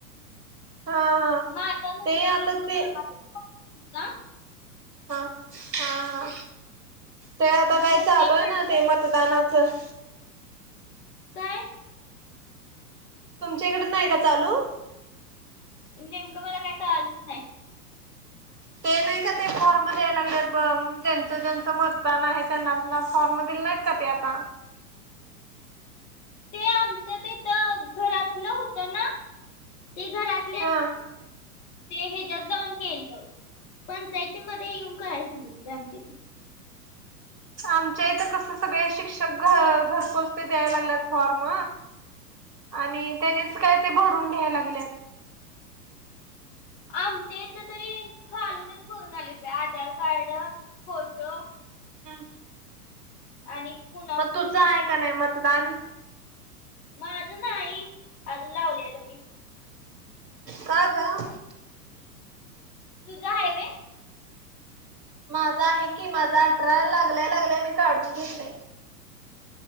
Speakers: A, on the right (about 85°); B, on the left (about 40°).
A: हां हां
B: माझा नंबर
A: ते आता
B: लिंक
A: ते
B: <unintelligible>
A: हां, हां हां ते आता
B: मग
A: काय चालू
B: ते म्हटलं
A: आहे ना ते मतदानाचं
B: काय
A: तुमच्या इकड नाही का चालू?
B: नेमकं मला काय कळलंच नाही.
A: ते नाही का ते फॉर्म द्यायला लागलेत बघ ज्यांचं ज्यांचं मतदान आहे त्यांना फॉर्म दिले नाहीत का ते आता?
B: ते आमच्या तिथं घरातलं होत ना ते घरात
A: हां.
B: ते हेच्यात जाऊन केलं. पंचायतीमध्ये येऊन कराय सांगितलय आमच्या इथं.
A: आमच्या इथं कस सगळे शिक्षक घ घर पोहोच ते द्याय लागल्यात फॉर्म. आणि त्यांनीच काय ते भरून घ्याय लागल्यात.
B: आमच्या इथं तरी खालूनच करून आलेत बाई आधार कार्ड, फोटो.
A: हम्म.
B: आणि स्कूल
A: मग तुझं आहे का नाही मतदान?
B: माझं नाही अजून लावलेलं मी.
A: का ग?
B: तुझं आहे होय?
A: माझं आहे की माझं अठरा लागल्या लागल्या मी काढून घेतलंय.